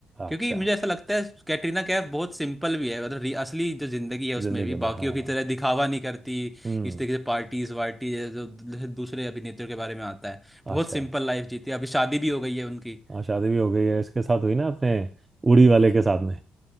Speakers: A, on the right; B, in the centre.
A: अच्छा
B: क्योंकि मुझे ऐसा लगता है कैटरीना कैफ बहुत सिंपल भी है मतलब रि- असली जो जिंदगी है उसमें
A: जिंदगी
B: भी
A: में
B: बाकियों
A: हाँ
B: की तरह दिखावा नहीं करती
A: हम्म
B: इस तरीके से पार्टीज वार्टी जैसे जो दू- दूसरे अभिनेत्रियों के बारे में आता है बहुत
A: अच्छा
B: सिंपल लाइफ जीती है अभी शादी भी हो गई है उनकी
A: हाँ शादी भी हो गई है इसके साथ हुई ना अपने उड़ी वाले के साथ में